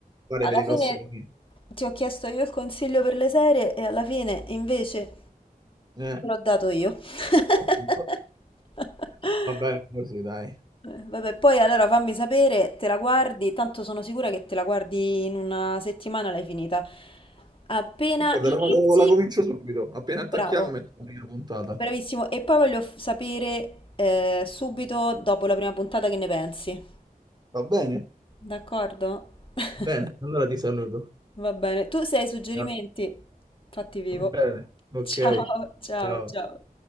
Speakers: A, on the right; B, on the left.
A: fare
B: alla
A: per i
B: fine
A: prossimi...
B: ti ho chiesto io il consiglio per le serie e alla fine invece
A: Eh,
B: te l'ho dato io. <laughs>
A: ottimo. Va bene così, dai.
B: Eh, Vabbè, poi allora fammi sapere, te la guardi, tanto sono sicura che te la guardi in una settimana l'hai finita. Appena
A: E guarda,
B: inizi,
A: la, vado- la comincio subito. Appena attacchiamo,
B: bravo,
A: metto la prima puntata.
B: bravissimo. E poi voglio f- sapere eh, subito dopo la prima puntata che ne pensi.
A: Va bene?
B: D'accordo? <laughs>
A: Bene, allora ti saluto.
B: Va bene. Tu se hai suggerimenti,
A: Grazie.
B: fatti vivo.
A: Va bene, ok.
B: Ciao, ciao,
A: Ciao.
B: ciao.